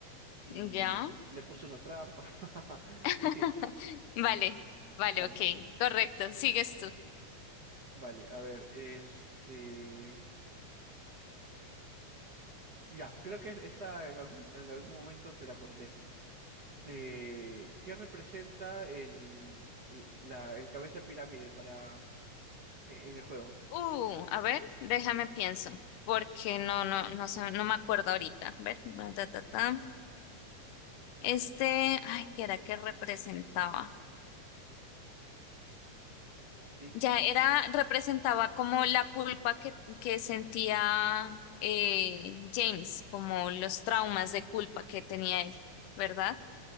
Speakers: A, on the right (about 55°); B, on the left (about 80°).
A: y
B: ya.
A: le puso una trampa. <laughs>
B: <laughs>
A: Y sí,
B: Vale, vale,
A: dale.
B: ok, correcto, sigues tú.
A: Vale, a ver, este... Ya, creo que esta en algún, en algún momento te la conté. Eh, ¿qué representa el, la, el cabeza de pirámide para, en en el juego?
B: Uh, a ver, déjame pienso, porque no, no, no sé, no me acuerdo ahorita. A ver, ta, ta, ta. Este, ay, ¿qué era que representaba?
A: Tic.
B: Ya era, representaba como la culpa que, que sentía eh, James, como los traumas de culpa que tenía él, ¿verdad?